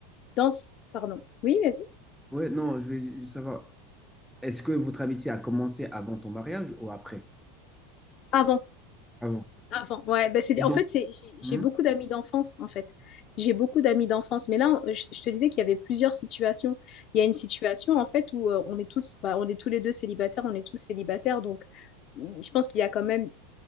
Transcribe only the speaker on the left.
dans... ce- Pardon. Oui, vas-y.
Avant.
Avant, ouais, ben c'est,
en fait, c'est, j'ai j'ai
beaucoup d'amis d'enfance, en fait. J'ai beaucoup d'amis d'enfance. Mais là, on- je, je te disais qu'il y avait plusieurs situations. Il y a une situation, en fait, où euh, on est tous, bah, on est tous les deux célibataires, on est tous célibataires. Donc, il- je pense qu'il y a quand même